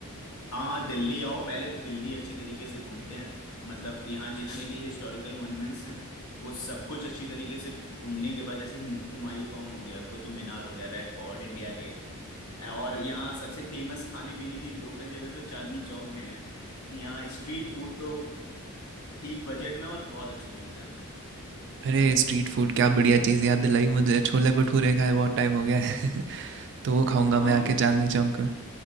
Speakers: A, on the left; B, on the right.
A: हाँ हाँ दिल्ली आओ पहले तो दिल्ली अच्छी तरीके से घूमते हैं मतलब यहाँ जितने भी हिस्टोरिकल मॉन्यूमेंट्स हैं वो सब कुछ अच्छी तरीके से घूमने के बाद जैसे हिम- हुमायूं टॉम हो गया कुतुब मीनार हो गया रेड फोर्ट इंडिया गेट और यहाँ सबसे फेमस खाने पीने की लोकल जगह तो चांदनी चौक में है यहाँ स्ट्रीट फूड तो ठीक बजट में और बहुत अच्छे मिलते हैं
B: अरे स्ट्रीट फूड क्या बढ़िया चीज़ याद दिलाई मुझे छोले भटूरे खाए बहुत टाइम हो गया है <laughs> तो वो खाऊंगा
A: हाँ हाँ
B: मैं
A: मुझे
B: आके चांदनी चौक में